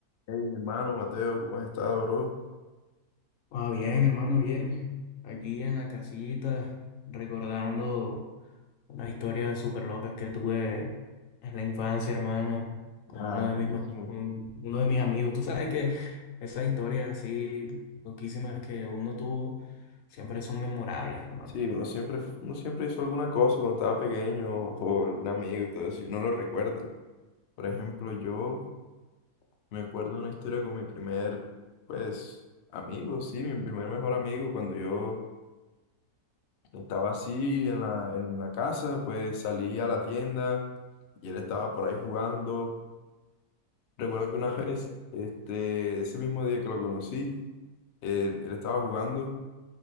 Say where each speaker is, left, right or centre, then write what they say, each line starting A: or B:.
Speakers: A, on the left; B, on the left.
A: Hey, mi hermano Mateo, ¿cómo has estado, bro?
B: Ah, bien, hermano, bien. Aquí en la casita, recordando unas historias súper locas que tuve en la infancia, hermano, con
A: Ah,
B: uno de
A: buenísimo.
B: mis, ma- con uno de mis amigos. Tú sabes que esas historias así loquísimas que uno tuvo siempre son memorables, hermano.
A: Sí, uno siempre, fu- uno siempre hizo alguna cosa cuando estaba pequeño o algún amigo y todo eso, y uno lo recuerda. Por ejemplo, yo me acuerdo de una historia con mi primer, pues, amigo, sí, mi primer mejor amigo, cuando yo estaba así en la, en la casa, pues salí a la tienda y él estaba por ahí jugando. Recuerdo que una <laughs> vez, este, ese mismo día que lo conocí, eh, él estaba jugando.